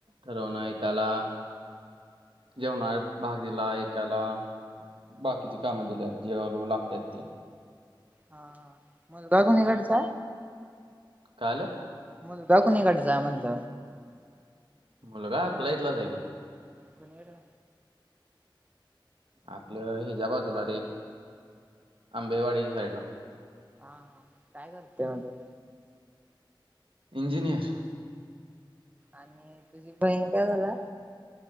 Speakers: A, on the right; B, on the right.
A: ठरवण एकाला जेवणा भाग दिला एकाला बाकीची कामं दिल्यात जेव्हा ल लागत आहेत ती
B: हा मुजबागुणीकडचा
A: काल
B: मग दाकून काडचा म्हणत
A: मुलगा फ्लाटलाच आहे की
B: कणी रा
A: आपलं हिज्या बाजूला रे आंबेवाडीच्या साईडला
B: हा काय करते म ती
A: इंजिनियर
B: आणि तुझी बहीण काय झाल्या.